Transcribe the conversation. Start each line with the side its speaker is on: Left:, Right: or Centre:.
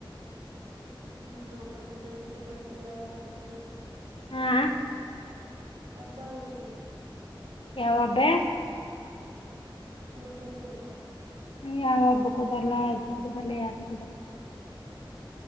Right: ಇನ್ನು ಹಬ್ಬ ಬತೈತೆ ಬರ್ತೀರಾ ಹಬ್ಬಕ್ಕೆ.
Left: ಹಾ
Right: ಹಬ್ಬಗಳಿಗೆ
Left: ಯಾವಬ್ಬೆ
Right: ಊರ್ಕತಿ ಅಬ್ಬ
Left: ಯಾವ ಹಬ್ಬಕ್ಕೂ ಬರಲ್ಲಾ ಇದ್ನಕ್ಕೂ ಬರ್ಲ್ಲಾ ಯಾವದಕ್ಕೂ ಬರಲ್ಲಾ